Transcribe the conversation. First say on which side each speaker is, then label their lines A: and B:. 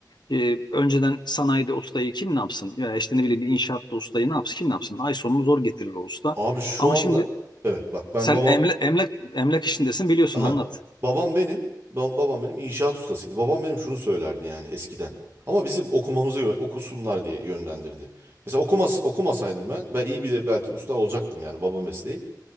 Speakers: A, on the left; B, on the right.
A: E, önceden sanayide ustayı kim ne yapsın? Ya işte ne bileyim bir inşaatta ustayı ne yapsın? Kim ne yapsın? Ay sonunu zor getirir o usta.
B: Abi şu
A: Ama
B: anda
A: şimdi
B: evet bak ben
A: sen
B: babam
A: emlak emlak emlak işindesin biliyorsun
B: Aha.
A: anlat.
B: Babam benim, ba- babam benim inşaat ustasıydı. Babam benim şunu söylerdi yani eskiden. Ama bizim okumamızı yö- okusunlar diye yönlendirdi. Mesela okumas okumasaydım ben, ben iyi bir de belki usta olacaktım yani baba mesleği.